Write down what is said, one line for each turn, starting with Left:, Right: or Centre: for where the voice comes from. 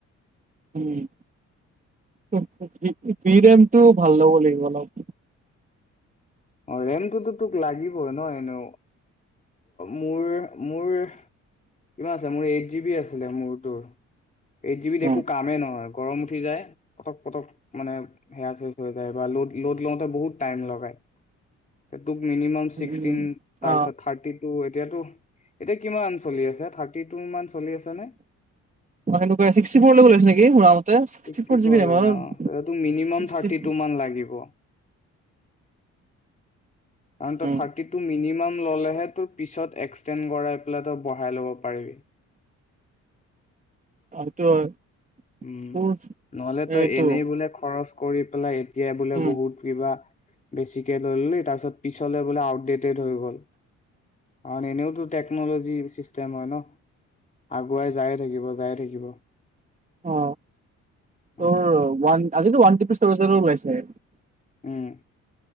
Right: উম ফিৰি টাইম। টো ভাল ল'ব লাগিব অলপ।
Left: অ ৰেমটোতো তোক লাগিবই নহয়নে মোৰ মোৰ কিমান আছিল মোৰ এইট জ বি আছিলে মোৰটোৰ। এই যিবি
Right: উম,
Left: দখো কামে নহয়। গৰম উঠি যায়, পটক-পটক মানে সেয়া চেচ হৈ যায় বা লোড-লোড লওঁতে বহুত টাইম লগায়। <unintelligible> তোক মিনিমাম
Right: উম,
Left: ছিক্সটিন, তাৰপিছত
Right: অ',
Left: থাৰ্টিত তো এতিয়াতো, এতিয়া কিমান চলি আছে থাৰ্টি টু মান চলি আছে নে?
Right: অনেকুৱেক্সি ফৰলৈ গ লৈছে নেকি মোৰ মতেিক্সটি
Left: ছিক্সটি
Right: ফৰ জিবি
Left: লৈকে অ তেতিয়া তোক মিনিমাম থাৰ্টি টু মান লাগিব কাৰণ ত
Right: উম
Left: থাৰ্টি তু মিনিমাম হে তোৰ পিছত এক্সেড কৰাই পেলাই তই বঢ়াই ল'ব পাৰিবি
Right: আৰুটো হয়
Left: উম,
Right: তোৰ
Left: নহলে তই
Right: এইটো
Left: এনেই বোলে খৰচ কৰি পেলাই। এতিয়াই বোলে
Right: উম
Left: বহুত কিবা বেছিকে লৈ লল তাৰপিছত পিছলে বোলে আউ লেত হৈ গ'ল। আৰু এনেওতো টেকন'লজি যে মই নআগুৱাই যায়ে থাকিব যায়ে থাকিব
Right: অ
Left: উম
Right: ও ৱান আজিতো ৱান ঔ তহতৰ ওলাইছে
Left: উও